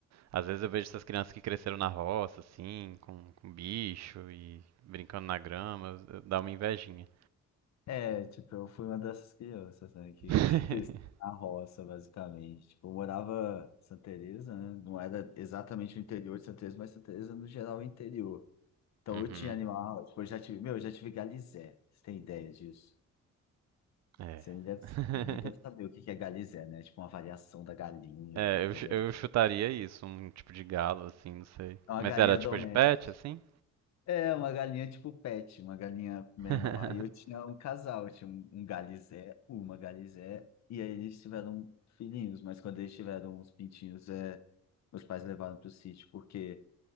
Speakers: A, on the right (about 60°); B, on the left (about 65°).
A: às vezes eu vejo essas crianças que cresceram na roça, assim, com, com bicho e brincando na grama, eu- eu- dá uma invejinha.
B: É, tipo, eu fui uma dessas crianças, né, que,
A: <laughs>
B: <laughs> que, que na roça, basicamente. Tipo, eu morava em Santa Teresa, né? Não era exatamente o interior de Santa Teresa, mas Santa Teresa, no geral, é interior. Então,
A: Uhum.
B: eu tinha animal, tipo, eu já tive, meu, eu já tive galizé. Você tem ideia disso?
A: É.
B: Você nem deve,
A: <laughs>
B: nem deve saber o que que é galizé, né? Tipo, uma variação da galinha,
A: É,
B: uma coisa...
A: eu, chu- eu chutaria isso, um tipo de galo, assim, não sei.
B: É uma
A: Mas
B: galinha
A: era tipo
B: doméstica.
A: de pet, assim?
B: É, uma galinha tipo pet, uma galinha menor.
A: <laughs>
B: Aí eu tinha um casal, eu tinha um, um galizé, uma galizé, e aí eles tiveram filhinhos, mas quando eles tiveram uns pintinhos, é, meus pais levaram pro sítio, porque,